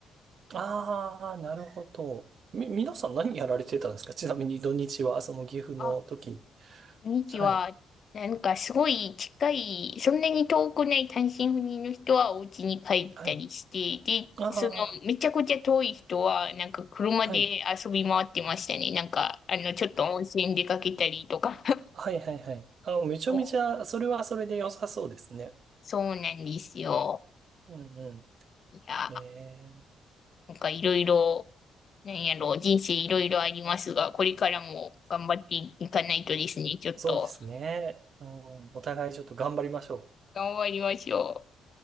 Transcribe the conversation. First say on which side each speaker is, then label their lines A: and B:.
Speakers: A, on the right (about 55°); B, on the left (about 50°).
A: ああ、なるほど。み、皆さん何やられてたんですかちなみに土日は、その岐阜の時に。
B: あ土日は、
A: はい。
B: なんかすごい近い、そんなに遠くない単身赴任の人はお家に帰ったりして、
A: はい。あ
B: で、その、めちゃくちゃ遠い人は、なんか車で遊び回ってましたね。
A: あ、はい。
B: なんか、あの、ちょっと温泉出かけたりとか。<laughs>
A: はいはいはい。あ、めちゃめちゃ、
B: そう
A: それはそれで良さそうですね。
B: そうなんですよ。
A: うんうん。
B: いや、
A: ええ、
B: なんかいろいろ、なんやろう、人生いろいろありますが、これからも頑張っていかないとですね、ちょっと
A: そうですね。うん、お互いちょっと頑張りましょう。
B: 頑張りましょう。